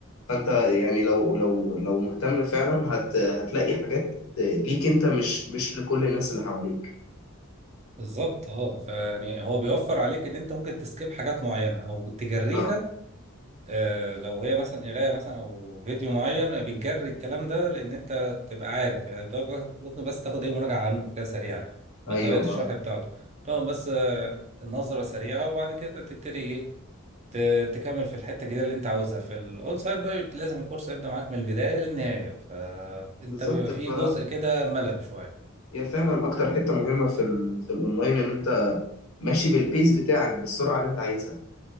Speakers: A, on the left (about 75°); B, on the right (about 30°).
A: فانت يعني لو لو لو مهتم فعلا هت هتلاقي حاجات ليك انت مش مش لكل الناس اللي حواليك
B: بالظبط اه فيعني هو بيوفر عليك ان انت ممكن تسكيب حاجات معينه او تجريها
A: اه
B: آه، لو هي مثلا قرايه مثلا او فيديو معين بتجري الكلام ده لان انت تبقى عارف يعني ده بس- ممكن بس تاخد ايه مراجعه عنه كده سريعه بطريقه
A: ايوه
B: الشرح
A: اه
B: بتاعته طبعا بس آه، النظره سريعه وبعد كده تبتدي ايه ت- تكمل في الحته الجديده اللي انت عاوزها في الاول سايد بقى بت- لازم الكورس يبدا معاك من البدايه للنهايه فانت
A: بالظبط
B: بيبقى
A: ف
B: فيه جزء كده ملل شويه
A: هي فعلا اكتر حته مهمه في ال... في الاونلاين ان انت ماشي بالبيس بتاعك بالسرعه اللي انت عايزها